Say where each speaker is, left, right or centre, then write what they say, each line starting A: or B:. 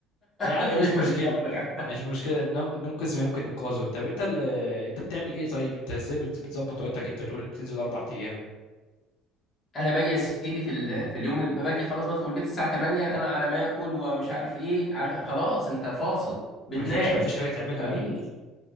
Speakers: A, on the left (about 80°); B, on the left (about 20°).
A: يا عم
B: نبهتك
A: مش مشكله
B: متاخر
A: مش مشكله نن- ننقذ ما يمكن انقاذه طب انت ال... انت بتعمل ايه طيب انت ازاي بت- بتظبط وقتك انت بتقول بتنزل اربع ايام
B: انا باجي يا سيدي في ال... في اليوم اللي باجي خلاص بدخل البيت الساعه 8 انا على ما اكل ومش عارف ايه عارف خلاص انت فاصل بتنام
A: ما فيش ما فيش حاجه تعملها
B: مفيش
A: ابدا